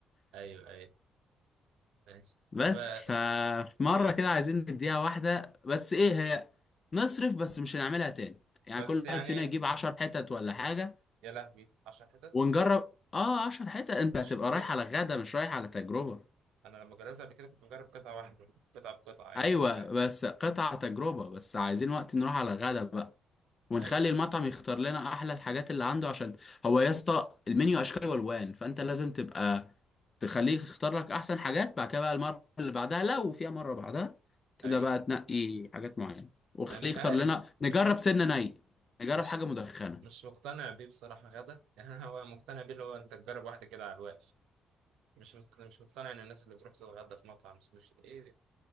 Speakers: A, on the right; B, on the left.
A: ايوه ايوه ماشي
B: بس
A: طب اه
B: ففي مرة
A: آه.
B: كده عايزين نديها واحدة بس ايه هي نصرف بس مش هنعملها تاني يعني
A: بس
B: كل
A: يعني
B: واحد فينا يجيب عشر حتت ولا حاجة
A: يا لهوي 10 حتت
B: ونجرب اه عشر حتت انت
A: مش
B: هتبقى
A: كتير
B: رايح على غدا مش رايح على تجربة
A: انا لما جربت قبل كده كنت مجرب قطعه واحده قطعه بقطعه يعني
B: ايوه
A: فاهم
B: بس قطع تجربة بس عايزين وقت نروح على غدا بقى ونخلي
A: ايوه
B: المطعم يختار لنا احلى الحاجات اللي عنده عشان هو يا اسطى المنيو اشكال والوان فانت لازم تبقى تخليه يختار لك احسن حاجات بعد كده بقى المره اللي بعدها لو فيها مره بعدها تبدا
A: ايوه
B: بقى تنقي حاجات معينه وخليه
A: آه، مش
B: يختار
A: عارف
B: لنا نجرب
A: مش مق-
B: سنه ني نجرب
A: مش
B: حاجه مدخنه
A: مش مقتنع بيه بصراحه غدا يعني <laughs> هو مقتنع بيه اللي هو انت تجرب واحده كده على الواقف مش مقتنع مش مقتنع ان الناس اللي بتروح تتغدى في مطعم سوشي دي- ايه دي؟